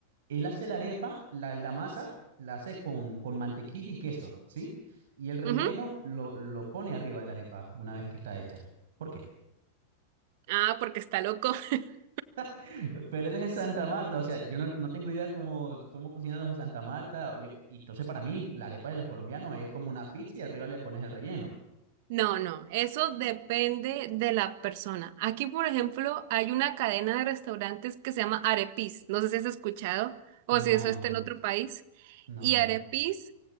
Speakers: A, on the right (about 75°); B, on the right (about 60°).
A: Él hace la arepa, la, la masa la hace con, con mantequilla y queso, ¿sí? Y el relleno
B: Ujú, ujú.
A: lo, lo pone arriba de la arepa una vez que está hecha. ¿Por qué?
B: Ah, porque está loco. <laughs>
A: <laughs> Pero él es de Santa Marta, o sea, yo no, no tengo idea cómo, cómo cocinan los de Santa Marta. o Yo- y entonces para mí la arepa de los colombianos es como una pizza y arriba le pones el relleno.
B: No, no, eso depende de la persona. Aquí, por ejemplo, hay una cadena de restaurantes que se llama Arepis. No sé si has escuchado o
A: No,
B: si eso
A: no,
B: está en otro país.
A: no,
B: Y Arepis,
A: no.